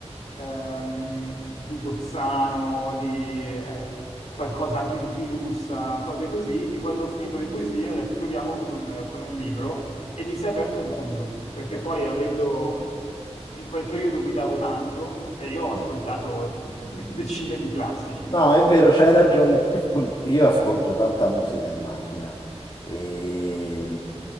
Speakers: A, on the left; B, on the left.
A: ehm, di Gozzano, di eh, qualcosa anche di Trilussa, cose così. E quando ho finito le poesie ho detto proviamo con un, con un libro e mi si è aperto un mondo, perché
B: Cioè,
A: poi avendo... In quel periodo guidavo tanto e io ho ascoltato
B: sì.
A: <laughs> decine di classici.
B: No, è vero, c'hai ragione. <clears throat> Io ascolto tanta musica in macchina e,